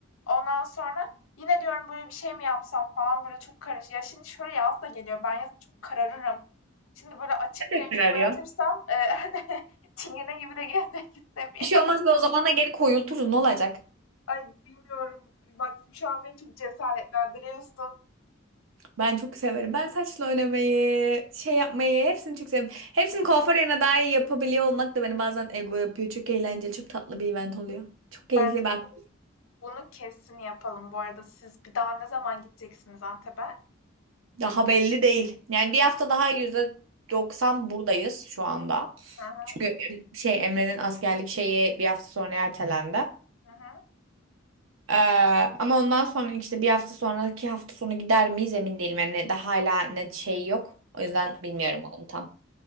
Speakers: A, on the left; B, on the right.
A: Ondan sonra yine diyorum böyle bir şey mi yapsam falan böyle çok karış. Ya şimdi şöyle yaz da geliyor ben yazın çok kararırım. Şimdi böyle açık
B: <laughs>
A: bir rengi
B: Ne arıyor?
A: boyatırsam e, <laughs> çingene gibi de gezmek istemiyorum.
B: Bir şey olmaz ve o zaman da geri koyulturuz ne olacak?
A: Ay bilmiyorum. Bak şu an beni çok cesaretlendiriyorsun.
B: Ben çok severim. Ben saçla oynamayı, şey yapmayı hepsini çok severim. Hepsini kuaför yerine daha iyi yapabiliyor olmak da beni bazen ego yapıyor. Çok eğlenceli, çok tatlı bir event oluyor. Çok keyifli
A: Bence
B: bak.
A: Bunu kesin yapalım bu arada. Siz bir daha ne zaman gideceksiniz Antep'e?
B: Daha belli değil. Yani bir hafta daha yüzde doksan buradayız şu anda.
A: Hı hı,
B: Çünkü şey Emre'nin askerlik şeyi bir hafta sonra ertelendi.
A: hı hı.
B: Ee, ama ondan sonra işte bir hafta sonraki hafta sonu gider miyiz emin değilim. Yani daha hala net şey yok. O yüzden bilmiyorum onu tam.